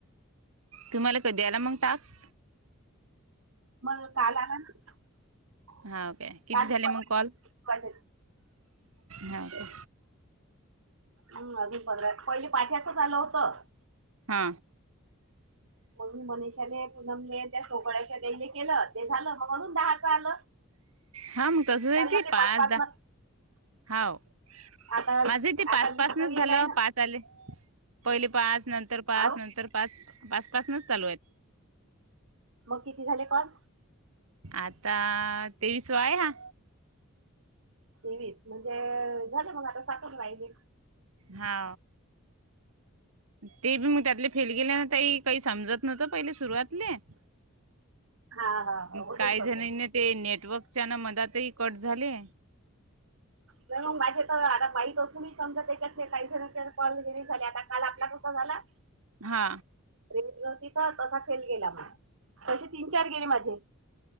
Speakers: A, on the right; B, on the right.
A: तुम्हाला कधी आला मग टास्क.
B: मला काल आला ना.
A: हा ओके किती
B: काल
A: झाले
B: नाही परवा
A: मग कॉल हा ओके
B: हम् अजून पंधरा पहिले पाच याच आलं होत.
A: हा.
B: मग मी मनिषाले पूनमले त्या सोगळ्याच्या ते जे केलं ते झालं मग म्हणून दहाचं आलं.
A: हा मग तसच हाय
B: चाललं
A: की
B: ते
A: पाच दहा
B: न
A: हाव
B: आता
A: माझं ते पाच
B: आता
A: पाचनच
B: वीस तर येलाय
A: झालं
B: ना
A: पाच आले पहिले पाच नंतर पाच
B: अहो
A: नंतर पाच पाच पाचनच चालू आहेत.
B: मग किती झाले काल
A: आता तेवीसवा आहे हा
B: स म्हणजे झालं मग आता साठून पाहिजे
A: हा ते बी मग त्यातले फेल गेल्यान काही समजत नव्हतं पहिले सुरुवातले
B: हा हा हा होतेच
A: काही
B: तसं.
A: जणांना ते नेटवर्कच्या ना मनाातही कट झाले
B: म मग माझे तर आता माईट असूनी समजा त्याच्यात काहीतरी पल दिरी झाले आता काल आपला कसा झाला
A: हा
B: रे होती तर तसा खेल गेला म तसे तीन चार गेले माझे